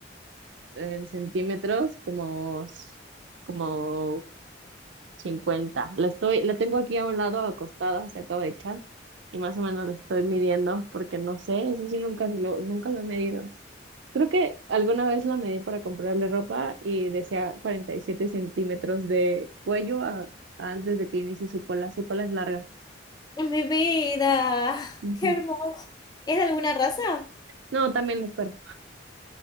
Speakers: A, on the right (about 70°); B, on the left (about 20°).
A: en centímetros, como, s- como cincuenta La estoy, la tengo aquí a un lado acostada, se acaba de echar, y más o menos la estoy midiendo porque no sé, eso sí nunca se lo, nunca lo he medido. Creo que alguna vez la medí para comprarle ropa y decía 47 centímetros de cuello a- a antes de que inicie su cola. Su cola es larga.
B: ¡Es mi vida! <laughs>
A: Ujú.
B: ¡Qué hermoso! ¿Es de alguna raza?
A: No, también es perro.